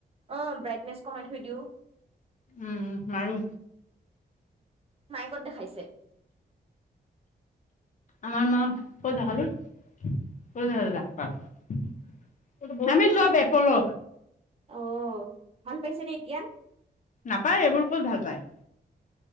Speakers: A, on the right (about 35°); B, on the left (about 50°).
A: অ বাইটনেচ কমাই থৈ দিওঁ।
B: উম মাৰো।
A: মায় ক'ত দেখাইছে?
B: আমাৰ মা, ক'ত দেখালি? <unintelligible> আমি চব এপল
A: অ ভাল পাইছে নে এতিয়া?
B: নাপায়, এইবোৰ ক'ত ভাল পায়।